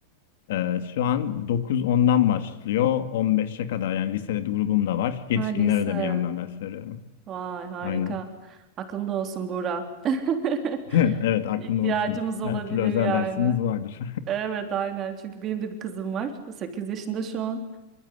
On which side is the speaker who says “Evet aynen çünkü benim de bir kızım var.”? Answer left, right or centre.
Right